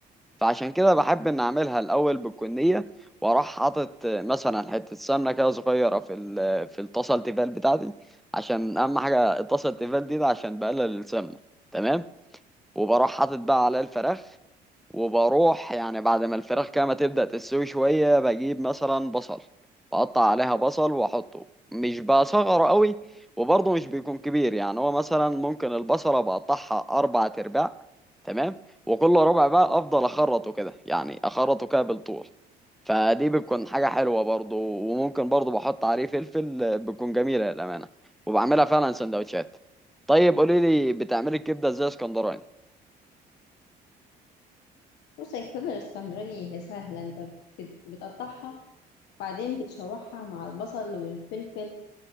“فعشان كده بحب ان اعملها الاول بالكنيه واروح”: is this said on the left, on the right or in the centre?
Centre